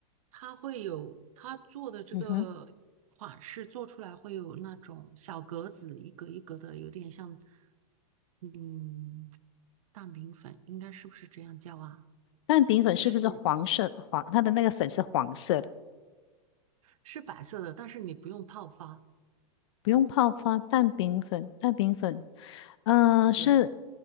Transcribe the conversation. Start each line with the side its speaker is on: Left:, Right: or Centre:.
Right: 它会有它做的这个款式做出来会有那种小格子，
Left: 嗯哼，
Right: 一格一格的，有点像嗯蛋饼粉，应该是不是这样叫啊？
Left: 蛋饼粉是不是黄色？
Right: 就是。
Left: 黄，它的那个粉是黄色的。
Right: 是白色的，但是你不用泡发。
Left: 不用泡发蛋饼粉，蛋饼粉，嗯、是
Right: 对，